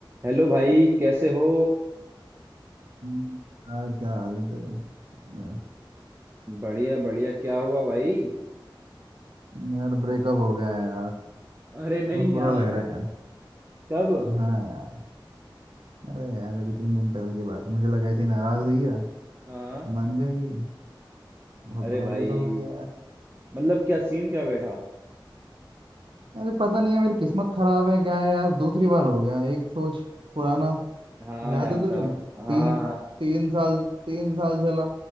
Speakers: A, on the right; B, on the right.
A: हेलो भाई कैसे हो
B: हम्म, यार क्या हाल है तेरे यार,
A: बढ़िया बढ़िया क्या हुआ भाई
B: यार ब्रेकअप हो गया है
A: अरे नहीं
B: बहुत बुरा
A: यार
B: लग रहा है
A: कब
B: हाँ यार अरे यार अभी तीन दिन पहले की बात है मुझे लगा ऐसी नाराज हुई है
A: हाँ
B: मान जाएगी बहुत
A: अरे
B: बुरा
A: भाई
B: ब्रेकअप हो गया है
A: मतलब क्या सीन क्या बैठा
B: अरे पता नहीं है मेरी किस्मत खराब है क्या है यार दूसरी बार हो गया एक सोच पुराना
A: हाँ
B: याद
A: जानता
B: है तुझे
A: हूँ हाँ
B: तीन तीन साल तीन साल चला